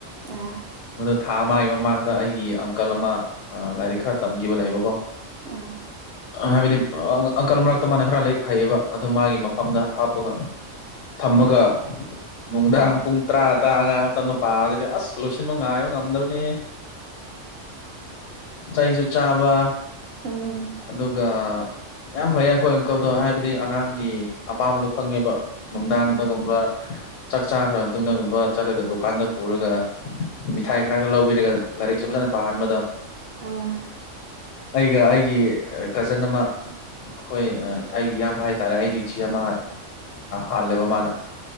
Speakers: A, on the right; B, on the left.
A: ꯑꯥ
B: ꯃꯗꯨ ꯊꯥ ꯃꯥꯒꯤ ꯃꯃꯥꯡꯗ ꯑꯩꯒꯤ ꯑꯪꯀꯜ ꯑꯃ ꯂꯥꯏꯔꯤꯛ ꯈꯔ ꯇꯝꯈꯤꯕ ꯂꯩꯕꯀꯣ
A: ꯑꯥ
B: ꯍꯥꯏꯕꯗꯤ ꯑꯪꯀꯜ ꯃꯔꯛꯇ ꯃꯥꯅ ꯈꯔ ꯂꯥꯏꯔꯤꯛ ꯍꯩꯌꯦꯕ ꯑꯗꯨ ꯃꯥꯒꯤ ꯃꯐꯝꯗ ꯍꯥꯞꯄꯒ ꯊꯝꯃꯒ ꯅꯨꯡꯗꯥꯡ
A: ꯎꯝ
B: ꯄꯨꯡ ꯇꯔꯥ ꯇꯔꯥ ꯑꯉꯥꯡ ꯃꯇꯝꯗ ꯄꯥꯕꯁꯤꯗꯤ ꯑꯁ ꯂꯣꯏꯁꯤꯟ ꯁꯤꯟꯕ ꯉꯥꯏꯕ ꯉꯝꯗꯕꯅꯤ ꯆꯩꯁꯨ ꯆꯥꯕ
A: ꯎꯝ
B: ꯑꯗꯨꯒ ꯌꯥꯝ ꯐꯩ ꯑꯩꯈꯣꯏ ꯑꯪꯀꯜꯗꯣ ꯍꯥꯏꯕꯗꯤ ꯑꯉꯥꯡꯒꯤ ꯑꯄꯥꯝꯕꯗꯣ ꯈꯪꯉꯦꯕ ꯅꯨꯡꯗꯥꯡꯗꯒꯨꯝꯕ
A: ꯎꯝ
B: ꯆꯥꯛ ꯆꯥꯈ꯭ꯔ ꯃꯇꯨꯡꯗꯒꯨꯝꯕ ꯆꯠꯂꯒ ꯗꯨꯀꯥꯟꯗ ꯄꯨꯔꯒ ꯃꯤꯊꯥꯏ ꯈꯔ ꯈꯔ ꯂꯧꯕꯤꯔꯒ ꯂꯥꯏꯔꯤꯛꯁꯨ ꯐꯖꯅ ꯄꯥꯍꯟꯕꯗꯣ
A: ꯎꯝ
B: ꯑꯩꯒ ꯑꯩꯒꯤ ꯀꯖꯟ ꯑꯃ ꯑꯩꯈꯣꯏ ꯑꯩꯒꯤ ꯏꯌꯥꯝꯕ ꯍꯥꯏꯇꯥꯔꯦ ꯑꯩꯗꯤ ꯏꯆꯦ ꯑꯃ ꯍꯥꯜꯂꯦꯕ ꯃꯥꯅ